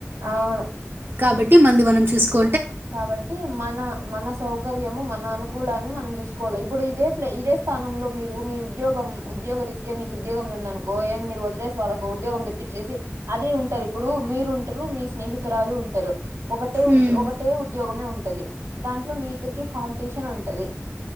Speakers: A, on the right; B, on the right.
A: అవును
B: కాబట్టి మంది మనం చూసుకో
A: కాబట్టి మన మన సౌకర్యము మన అనుకూలాన్ని మనం చూసుకోవాలి ఇప్పుడు ఇదే ఇదే స్థానంలో మీరు మీ ఉద్యోగం ఉద్యోగ రీత్యా మీకు ఉద్యోగం ఉందనుకో ఏం మీరు వదిలేసి వాళ్కు ఉద్యోగం ఇచ్చేసి అదే ఉంటారు ఇప్పుడు మీరు ఉంటారు మీ స్నేహితురాలు ఉంటారు ఒకటే ఉద్యో
B: ఉమ్.
A: ఒక గమే ఉంటది దాంట్లో మీ ఇద్దరికి కాంపిటీషన్ ఉంటంది